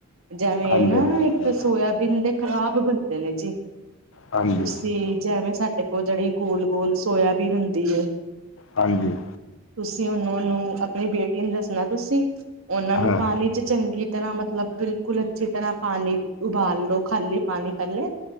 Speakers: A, on the right (about 80°); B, on the left (about 70°).
A: ਜਿਵੇਂ
B: ਹਾਂਜੀ
A: ਨਾ
B: ਹਾਂਜੀ
A: ਇੱਕ ਸੋਇਆਬੀਨ ਦੇ ਖ਼ਰਾਬ ਬੰਦੇ ਨੇ ਜੀ।
B: ਹਾਂਜੀ
A: ਤੁਸੀ,
B: ਹਾਂਜੀ
A: ਜਿਵੇਂ ਸਾਡੇ ਕੋਲ ਜਿਹੜੀ ਗੋਲ- ਗੋਲ ਸੋਇਆਬੀਨ ਹੁੰਦੀ ਹੈ।
B: ਹਾਂਜੀ।
A: ਤੁਸੀਂ ਉਹਨੂੰ, ਉਹਨੂੰ ਆਪਣੀ ਬੇਟੀ ਨੂੰ ਦੱਸਣਾ ਤੁਸੀਂ। ਉਹਨਾਂ
B: ਹਾਂ
A: ਨੂੰ ਪਾਣੀ ਚ ਚੰਗੀ ਤਰਾਂ ਮਤਲਬ, ਬਿਲਕੁਲ ਅੱਛੀ ਤਰਾਂ ਪਾਣੀ ਉਬਾਲ ਲੋ ਖਾਲੀ ਪਾਣੀ ਪਹਿਲੇ